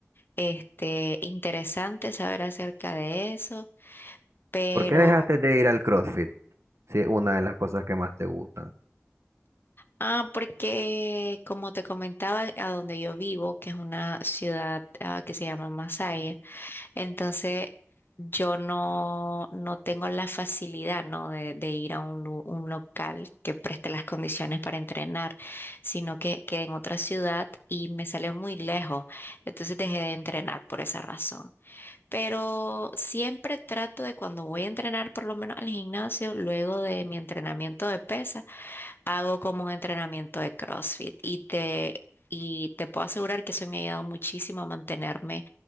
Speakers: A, on the left; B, on the right.
A: este, interesante saber acerca de eso, pero
B: ¿Por qué dejaste de ir al CrossFit? Sí, una de las cosas que más te gustan.
A: Ah, porque como te comentaba, a donde yo vivo, que es una ciudad ah, que se llama Masaya, entonces yo no, no tengo la facilidad, ¿no? de, de ir a un, lu- un local que preste las condiciones para entrenar, sino que quedé en otra ciudad y me sale muy lejos. Entonces dejé de entrenar por esa razón. Pero siempre trato de cuando voy a entrenar, por lo menos al gimnasio, luego de mi entrenamiento de pesas, hago como un entrenamiento de CrossFit y te, y te puedo asegurar que eso me ha ayudado muchísimo a mantenerme